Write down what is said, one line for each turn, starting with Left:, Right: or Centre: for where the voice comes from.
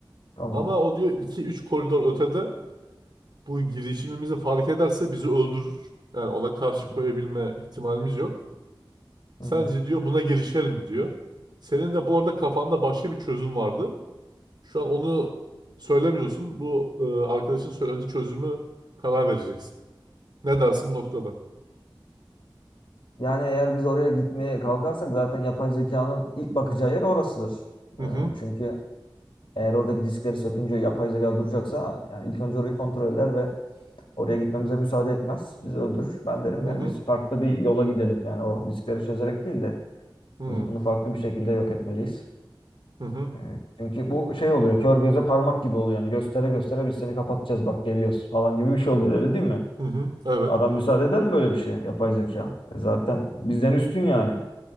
Left: Tamam.
Right: Ama o diyor iki üç koridor ötede bu girişimimizi fark ederse bizi öldürür. Yani ona karşı
Left: Hı hı.
Right: koyabilme ihtimalimiz yok. Sence
Left: Hı hı.
Right: diyor buna girişelim mi diyor. Senin de bu arada kafanda başka bir çözüm vardı. Şu an onu söylemiyorsun. Bu e, arkadaşın söylediği çözümü karar vereceksin. Ne dersin bu noktada?
Left: Yani eğer biz oraya gitmeye kalkarsak zaten yapay zekanın ilk bakacağı yer orasıdır.
Right: Hı
Left: Ee,
Right: hı,
Left: çünkü Eğer oradaki diskleri sökünce yapay zeka duracaksa yani ilk önce orayı kontrol eder ve oraya gitmemize müsaade etmez. Bizi öldürür. Ben derim
Right: hı
Left: yani
Right: hı,
Left: biz farklı bir yola gidelim. Yani o diskleri çözerek değil de
Right: hı hı.
Left: biz bunu farklı bir şekilde yok etmeliyiz.
Right: hı hı.
Left: Ee, Çünkü bu şey oluyor. Kör göze parmak gibi oluyor. Yani göstere göstere biz seni kapatacağız bak geliyoruz falan gibi bir şey oluyor öyle değil mi?
Right: Hı hı. Evet.
Left: Adam müsaade eder mi böyle bir şeye yapay zeka? E zaten bizden üstün yani.